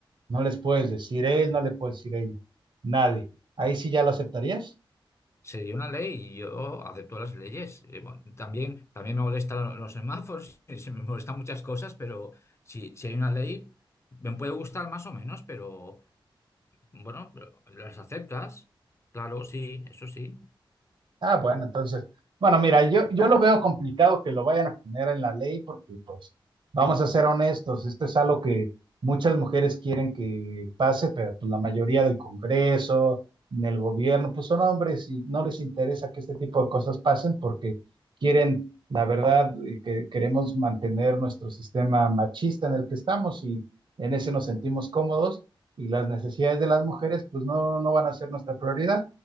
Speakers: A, on the right (about 60°); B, on the left (about 30°).
A: No les puedes decir él, no le puedes decir ella. Nadie. Ahí sí ya lo aceptarías.
B: Sería una ley y yo acepto las leyes. Eh, bueno, también, también me molestan lo- los semáforos, <laughs> y se me molestan muchas cosas, pero si, si hay una ley, me puede gustar más o menos, pero Bueno, pero las aceptas, claro, sí, eso sí.
A: Ah, bueno, entonces, bueno, mira, yo, yo lo veo complicado que lo vayan a poner en la ley porque, pues, vamos a ser honestos, esto es algo que muchas mujeres quieren que pase, pero pues la mayoría del Congreso, en el gobierno, pues son hombres y no les interesa que este tipo de cosas pasen porque quieren, la verdad, eh, que queremos mantener nuestro sistema machista en el que estamos y en ese nos sentimos cómodos y las necesidades de las mujeres, pues no, no van a ser nuestra prioridad.